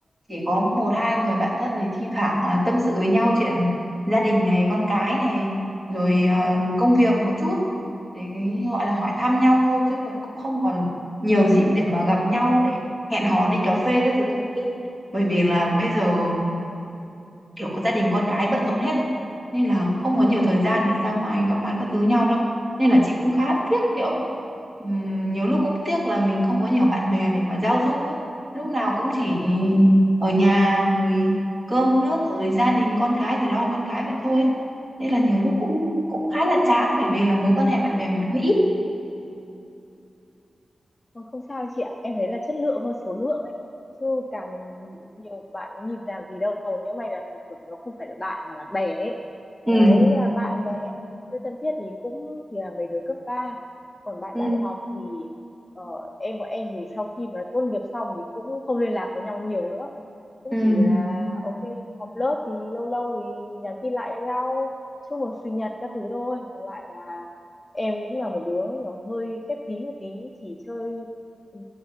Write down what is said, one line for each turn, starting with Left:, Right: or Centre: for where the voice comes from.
Right: chỉ có một hai người bạn thân thì thi thoảng là tâm sự với nhau chuyện gia đình này con cái này rồi ờ, công việc một chút để cái gọi là hỏi thăm nhau thôi chứ còn cũng không còn nhiều dịp để mà gặp nhau để hẹn hò đi cà phê các thứ cũng ít bởi vì là bây giờ kiểu có gia đình con cái bận rộn hết rồi nên là không có nhiều thời gian để ra ngoài gặp mặt các thứ nhau đâu nên là chị cũng khá tiếc kiểu ừm, nhiều lúc cũng tiếc là mình không có nhiều bạn bè để mà giao du ấy lúc nào cũng chỉ ở nhà rồi cơm nước rồi gia đình con cái thì lo con cái vậy thôi ấy. nên là nhiều lúc cũng cũng khá là chán bởi vì là mối quan hệ bạn bè mình hơi ít
Left: Vâng, không sao chị ạ em thấy là chất lượng hơn số lượng ấy chứ càng nhiều bạn nhìn làm gì đâu nhưng may là nó kiểu nó không phải là bạn mà là bè ấy
Right: ừ
Left: đấy là bạn bè chưa thân thiết thì cũng thì là mấy đứa cấp ba còn bạn
Right: ừ
Left: đại học thì ờ, em bọn em thì sau khi mà tốt nghiệp xong thì cũng không liên lạc với nhau nhiều nữa cũng
Right: ừ
Left: chỉ là ok họp lớp thì lâu lâu thì nhắn tin lại cho nhau chúc mừng sinh nhật các thứ thôi còn lại là em cũng là một đứa nó hơi khép kín một tí chỉ chơi ừ,